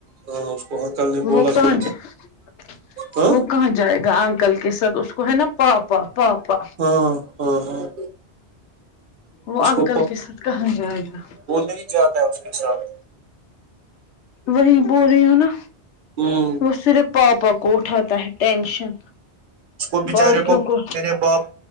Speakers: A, on the right (about 50°); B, on the left (about 85°).
A: ہاں اس کو انکل نے بولا
B: وہ کہاں
A: پھر
B: جائیں
A: ہاں
B: وہ کہاں جائیں گا انکل کے ساتھ اس کو ہے نا پاپا پاپا
A: ہاں ہاں ہاں
B: وہ
A: اس
B: انکل
A: کو
B: کے ساتھ کہاں جائے گا
A: وہ نہیں جاتا ہے اس کے ساتھ
B: وہی بو رہی ہوں نا
A: ہوں
B: وہ صرف پاپا کو اٹھا تاہ ٹینشن
A: اس کو بچارے
B: باقوں کو
A: میرے باپ